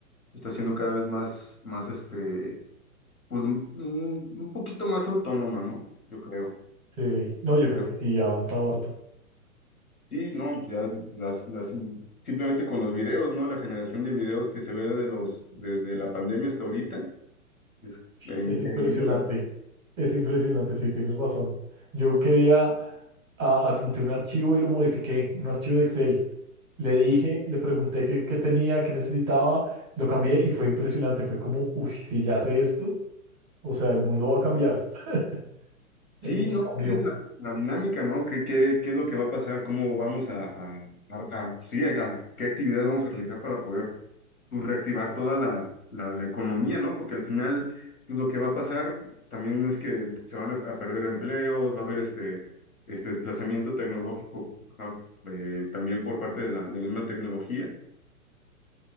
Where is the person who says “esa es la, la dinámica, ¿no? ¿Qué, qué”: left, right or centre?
Left